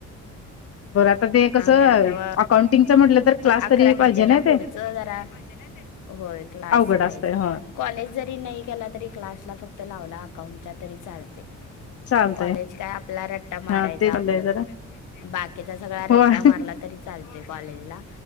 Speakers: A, on the left; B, on the left.
A: बरं आता ते कसं
B: आम्ही होय आता ते व-
A: अकाउंटिंगचं म्हटलं तर क्लास
B: अकरा
A: तरी
B: नाही
A: पाहिजे
B: त्याच्या
A: ना ते
B: पुढच जरा होय क्लास
A: अवघड
B: पाहिजे.
A: असतंय हो
B: कॉलेज जरी नाही केला तरी क्लासला फक्त लावला अकाउंटचा तरी चालते.
A: चालतय
B: कॉलेज काय आपला रट्टा मारायचा
A: हा ते चाललंय
B: आपलं.
A: जरा
B: बाकीचा सगळा रट्टा
A: होय
B: मारला तरी चालते कॉलेजला.